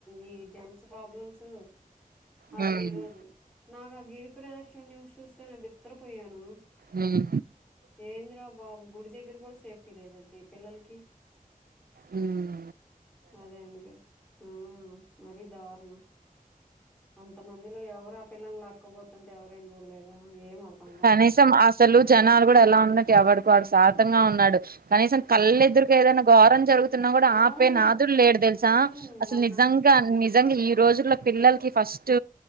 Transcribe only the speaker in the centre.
ఈ జంట్స్ ప్రాబ్లమ్స్ అసలు
ఈ రోజు నాకు ఆ గిరి ప్రదక్షిణ న్యూస్ చూస్తే నే బిత్తపోయాను
ఏందిరా బాబు గుడి దగ్గర కూడా సేఫ్టీ లేదు ఎంటి ఈ పిల్లలకి
అదే వినిపి ఉమ్ మరి దారు ణం అంత మందిలో ఎవరు ఆ పిల్లలని లాక్కపోతుంటే ఎవర ఏం చూడలేదా ఏం అర్థం కాలే
అవును
హ్మ్
మొన్న